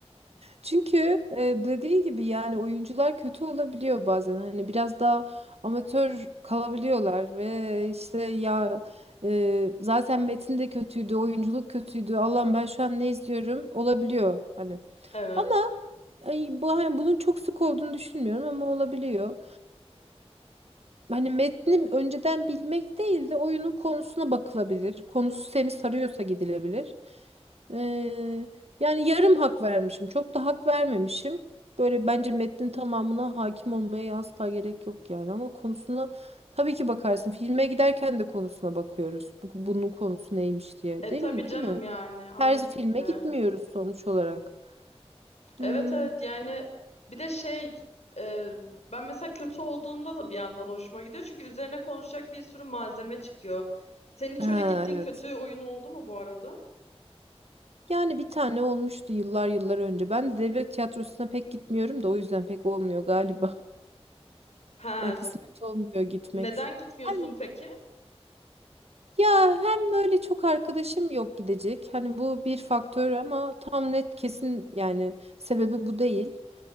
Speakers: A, on the right; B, on the left.
A: Çünkü e, dediği gibi yani oyuncular kötü olabiliyor bazen. Hani biraz daha amatör kalabiliyorlar ve işte ya e, zaten metin de kötüydü, oyunculuk kötüydü. Allah'ım ben şu an ne izliyorum olabiliyor hani.
B: evet.
A: Ama ay, bu hani bunun çok sık olduğunu düşünmüyorum ama olabiliyor. Hani metni önceden bilmek değil de oyunun konusuna bakılabilir. Konusu seni sarıyorsa gidilebilir. Ee, yani yarım hak vermişim. Çok da hak vermemişim. Böyle bence metnin tamamına hakim olmaya asla gerek yok yani. Ama konusuna tabii ki bakarsın. Filme giderken de konusuna bakıyoruz. Bu, bunun konusu neymiş diye.
B: E
A: Değil
B: tabii
A: mi?
B: canım
A: Değil mi?
B: yani aynen
A: Her filme
B: öyle.
A: gitmiyoruz sonuç olarak. Hmm.
B: Evet evet yani bir de şey e, ben mesela kötü olduğunda da bir yandan hoşuma gidiyor. Çünkü üzerine konuşacak bir sürü malzeme çıkıyor. Senin hiç
A: Ha,
B: öyle gittiğin
A: evet.
B: kötü oyun oldu mu bu arada?
A: Yani bir tane olmuştu yıllar yıllar önce. Ben de devlet tiyatrosuna pek gitmiyorum da o yüzden pek olmuyor galiba. <laughs>
B: Ha,
A: E, kısmet olmuyor gitmek.
B: neden gitmiyorsun
A: Hani
B: peki?
A: ya hem böyle çok arkadaşım yok gidecek. Hani bu bir faktör ama tam net kesin yani sebebi bu değil.